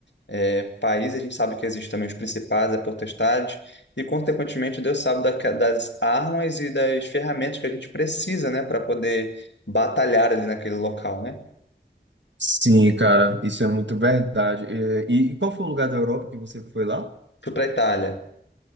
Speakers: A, on the left; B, on the right.
A: é, país, a gente sabe que existem também os principados, a potestade, e consequentemente Deus sabe da ca- das armas e das ferramentas que a gente precisa, né, para poder batalhar ali naquele local, né?
B: sim, cara, isso é muito verdade. É, E, e qual foi o lugar da Europa que você foi lá?
A: Fui para a Itália.